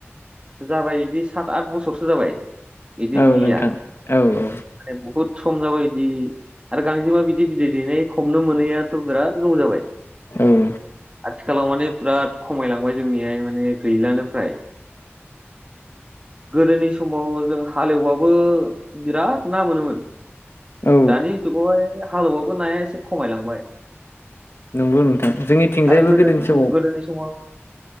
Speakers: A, on the right (about 25°); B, on the left (about 60°).
A: जाबाय इदि सात आत बसरसो जाबाय। इदि
B: औ
A: नुयिया।
B: नोंथां औ औ।
A: माने बुहुद सम जा बायदि आरो गांजेमा बिदि बिदै दैनाय हमनो मोनैयाथ' बिराद गोबाव जाबाय।
B: औ
A: आथिखालाव माने बिराद खमायलांबाय जोंनिहाय माने गैलानोफ्राय। गोदोनि समाव जों हालेवबाबो बिराद ना मोनोमोन।
B: औ
A: दानि जुगावहाय हालौबाबो नाया एसे खमायलांबाय।
B: नंगौ नोंथां जोंनिथिंजायबो
A: आरो गोदोनि
B: समाव
A: सम गोदोनि समाव